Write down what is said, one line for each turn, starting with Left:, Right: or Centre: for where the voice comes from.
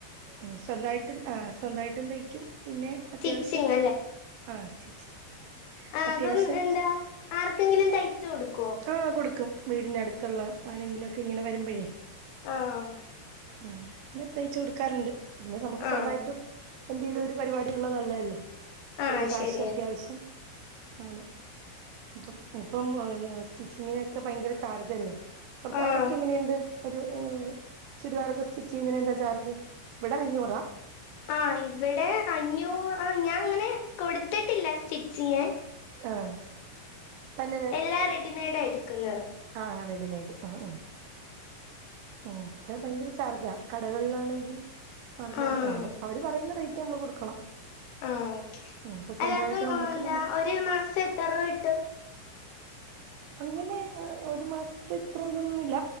Right: ഉംഹ് സ്വന്തായിട്ടും ആഹ് സ്വന്തായിട്ടും തയ്ക്കും പിന്നെ
Left: സ്റ്റിച്ചിങ്
Right: അത്യാവശ്യം ആഹ് സ്റ്റിച്ച്
Left: അതും
Right: അത്യാവശ്യം
Left: എന്താ ആർക്കെങ്കിലും തയ്ച്ച് കൊടുക്കോ
Right: ആഹ് കൊടുക്കും വീടിനടുത്തുള്ള ആരെങ്കിലു ഒക്കെ ഇങ്ങനെ വരുമ്പഴേ.
Left: ആഹ്
Right: ഉം ഇന്നെ തയ്ച്ച് കൊടുക്കാറുണ്ട് പിന്നെ നമുക്ക് സ്വന്തായിട്ടും.
Left: ആഹ്
Right: എന്തേലും ഒരു പരിപാടി ഉള്ളത് നല്ലെല്ലേ
Left: ആഹ്
Right: അയിന് കാശ്
Left: ശരിയാ
Right: അത്യാവശ്യം ഉം ഇപ്പ ഇപ്പം ന് സ്റ്റിച്ചിങ്ങിനൊക്കെ ഭയങ്കര ചാർജല്ലേ പൊറ്ത്ത്
Left: ആഹ്
Right: അവിടെക്കെ എങ്ങനെയുണ്ട്. ഒരു ഇഹ് ചുരിദാറൊക്കെ സ്റ്റിച്ച് ചെയ്യുന്നേന് എന്താ ചാർജ് ഇവിടെ അഞ്ഞൂറാ.
Left: ആഹ് ഇവിടെ അഞ്ഞൂ ആഹ് ഞാ ഇങ്ങനെ കൊടുത്തിട്ടില്ല സ്റ്റിച്ച് ചെയ്യാൻ
Right: ആഹ് തന്നെത്
Left: എല്ലാം റെഡിമെയ്ഡാ
Right: സ്റ്റിച്ച്.
Left: എടുക്കുന്നത്
Right: ആഹ് റെഡിമെയ്ഡ് ഉം ഉം ഉം ഇവിടെ ഭയങ്കര ചാർജാ കടകള്ലാണെങ്കി അറുനൂറ്
Left: ആഹ്
Right: ആവൂള് അവര് പറയുന്ന റേയ്റ്റ് നമ്മള് കൊടുക്കണം
Left: ആഹ് ഓക്കെ
Right: ഉം ഇപ്പൊ സ്വന്തമായിട്ട്
Left: അല്ല അപ്പം
Right: നമുക്ക്
Left: എന്താ
Right: നമുക്ക്
Left: ഒരു മാസം എത്ര റുവ കിട്ടും.
Right: അങ്ങനെ അഹ് ഒരു മാസത്തെ ഇത്ര ഇതൊന്നുല്ല.